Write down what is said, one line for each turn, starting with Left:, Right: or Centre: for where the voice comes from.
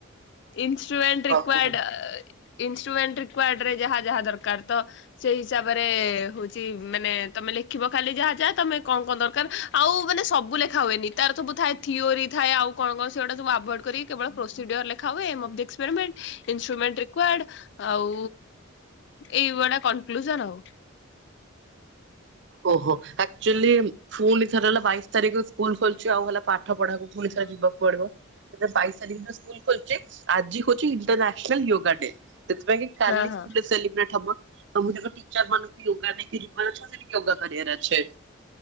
Left: ଇଷ୍ଟୁମେଣ୍ଟ ରିକ୍ଵାର୍ଡ
Right: ହଁ କୁହ।
Left: ଆ ଇଷ୍ଟୁମେଣ୍ଟ ରିକ୍ବାର୍ଡ ରେ ଯାହା ଯାହା ଦରକାର ତ ସେଇ ହିସାବରେ ହଉଚି ମାନେ ତମେ ଲେଖିବ ଖାଲି ଯାହା ଯାହା ତମେ କଣ କଣ ଦରକାର ଆଉ ମାନେ ସବୁ ଲେଖା ହୁଏନି ତାର ସବୁ ଥାଏ, ଥିଓରି ଥାଏ ଆଉ କଣ କଣ ସେଗୁଡା ସବୁ ସବୁ ଆଭଏଡ୍ କରିି କେବଳ ପ୍ରୋସିଡିଓର ଲେ ଖା ହୁଏ, aim of the experiment, instrument required ଆଉ ଏଇ ଗୁଡା କନକ୍ଲୁଜନ ଆଉ।
Right: ଓହୋ ଆକ୍ଚୁଆଲି ଫୁଣି ଥରେ ହେଲା ବାଇସ୍ ତାରିଖ ସ୍କୁଲ୍ ଖୋଲଛି। ଆଉ ହେଲା ପାଠ ପଢାକୁ ପୁଣି ଥରେ ଯିବାକୁ ପଡ଼ିବ। ସେତେ ବାଇସ୍ ତାରିଖ ଦିନ ସ୍କୁଲ୍ ଖୋଲୁଛି। ଆଜି ହଉଛି ଇଣ୍ଟରନ୍ୟାସନାଲ୍ ୟୋଗା ଡେ। ସେଥିପାଇଁ କି କାଲି
Left: ହଁ ହଁ
Right: ସ୍କୁଲ୍ ରେ ସେଲିବ୍ରେଟ୍ ହବ। ସବୁଯାକ ଟିଚର ମାନଙ୍କୁ ୟୋଗା ନେଇକି ଯିବାର ଅଛି, ସେଠି ୟୋଗା କରିବାର ଅଛି।